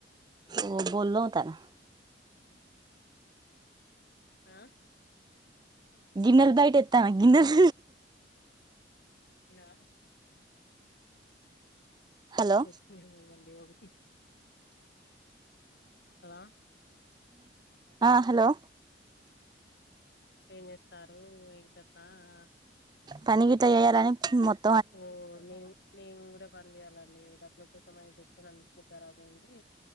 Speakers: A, on the right; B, on the left.
A: ఓ బోల్లోతనా
B: ఆ
A: గిన్నెల్ బయట ఎత్తా గిన్నెల్
B: హలో ఆ
A: హలో
B: కొత్తీమీర ఇవ్వండి ఒకటి హలో
A: ఆ హలో
B: ఏమ్ చేస్తున్నారు ఏం కథ ఆ
A: పనికి తాయరు అయ్యాం <unintelligible>
B: ఓ నిన్ నిన్ కూడాం బంద్ చేయాలండి డబ్బులు కోసం ఈ కూర్చి లో కూర్చుబెట్టారు ఏమోనండి